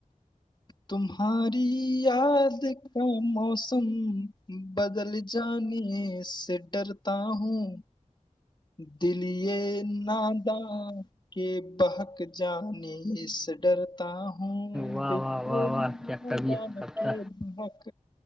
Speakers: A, on the left; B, in the centre.
A: تمہاری یاد کا موسم بدل جانے سے ڈرتا ہوں دلی نادا کے بہک جانی سے ڈرتا ہوں
B: واہ
A: ہاں دیکھ
B: واہ واہ واہ کیا کبھی قبطہ
A: نک